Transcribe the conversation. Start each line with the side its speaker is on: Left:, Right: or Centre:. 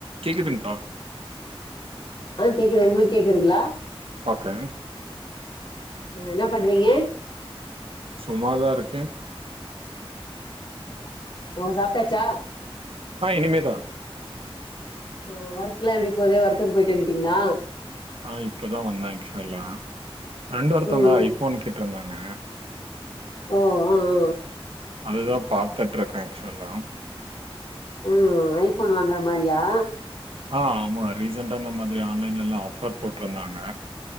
Right: கேக்குதுங்ளா
Left: ஆ கேக்குது உங்குளுக் கேக்குதுங்ளா
Right: ஓகே
Left: அ என்ன பண்றீங்க
Right: சும்மாதா இருக்கே
Left: ஓ சாப்ட்டாச்சா
Right: ஆ இனிமேதா
Left: ஆ ஒர்க்லா எப்டி போது ஒர்க்குக்கு போய்ட்டு வன்ட்டீங்ளா
Right: அ இப்பதா வந்த ஆக்ஷுலா ஃப்ரெண்டு ஒருத்தங்க
Left: ம்
Right: ஐஃபோன் கேட்ருந்தாங்க
Left: ஓ அ
Right: அதுதா பாத்துட்ருக்க ஆக்ஷொலா
Left: ம் ஐஃபோன் வாங்றா மாரியா
Right: ஆ ஆமா ரீசண்ட்டா இந்த மாதிரி ஆன்லைன்லெல்லா ஆஃபர் போட்ருந்தாங்க